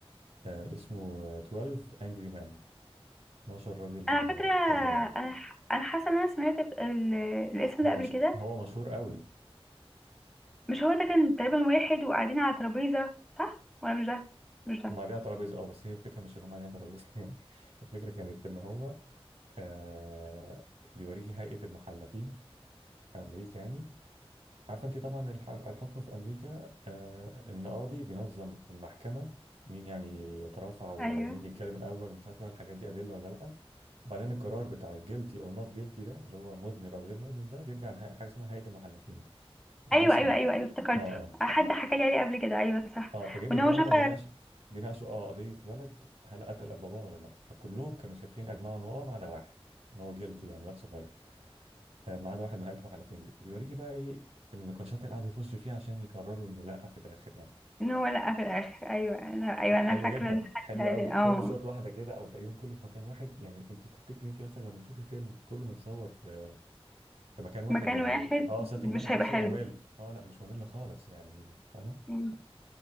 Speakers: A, on the right; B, in the centre.
A: آه اسمه آه، 12 Angry Men 12 راجل
B: انا على فكره
A: آه، غضبان
B: انا ح- انا حاسه ان انا سمعت ال- الاسم
A: هو
B: ده قبل
A: مش...
B: كده
A: هو مشهور قوي
B: مش هو ده كان تقريبا واحد وقاعدين على ترابيزه صح ولا مش ده مش ده
A: هم قاعدين على ترابيزه اه بس هي الفكره مش ان هم قاعدين على ترابيزه <laughs> يعني الفكره كانت ان هو آه بيوريكي هيئه المحلفين في امريكا يعني عارفه انت طبعا الح- الحكم في امريكا آه، القاضي بينظم المحكمه مين يعني يترافع ومين
B: ايوه
A: يتكلم الاول ومش عارف ايه الحاجات دي ادله ولا لا وبعدين القرار بتاع guilty or not guilty ده اللي هو مذنب او غير مذنب ده بيرجع لحاجه حاجة اسمها هيئه المحلفين ناس
B: ايوه ايوه
A: من
B: ايوه ايوه افتكرته
A: اه اه
B: حد حكى لي عليه قبل كده ايوه صح
A: اه فجايب
B: وان
A: لك
B: هو
A: بقى هم
B: شاف
A: بيناقش بيناقشوا اه قضيه ولد هل قتل باباه ولا لا فكلهم كانوا شايفين اجمعوا ان هو اه ما عدا واحد ان هو guilty يعني واد صغير آه، ما عدا واحد نهايته محلفين دي فبيوريكي بقى ايه النقاشات اللي قعدوا يخشوا فيها عشان يقرروا انه لا في الاخر يعني
B: ان هو لقى في الاخر ايوه انا ايوه انا
A: حلو
B: فاكره
A: جدا
B: ان حد
A: حلو
B: قال
A: قوي
B: لي اه
A: كله شوط واحده كده او تقريبا كله في مكان واحد يعني انت تفتكري انت مثلا لما تشوفي فيلم كله متصور في في مكان واحد
B: مكان
A: يعني
B: واحد
A: اه سيتنج
B: مش
A: واحد ده
B: هيبقى
A: شيء
B: حلو
A: ممل اه لا مش ممل خالص يعني فاهمه
B: مم.